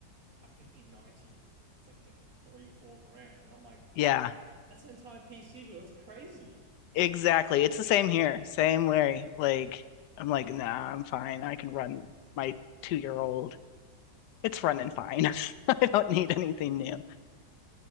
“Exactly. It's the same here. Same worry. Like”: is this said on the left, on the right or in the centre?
Left